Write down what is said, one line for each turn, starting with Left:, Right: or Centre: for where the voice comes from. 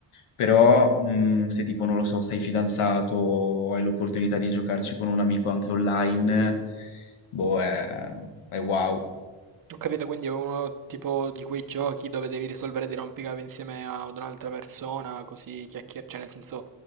Left: però mm, se tipo, non lo so, sei fidanzato o hai l'opportunità di giocarci con un amico anche online, boh, è, è wow.
Right: Ho capito, quindi è uno tipo di quei giochi dove devi risolvere dei rompicapi insieme a- ad un'altra persona, così chiacchierare, cioè nel senso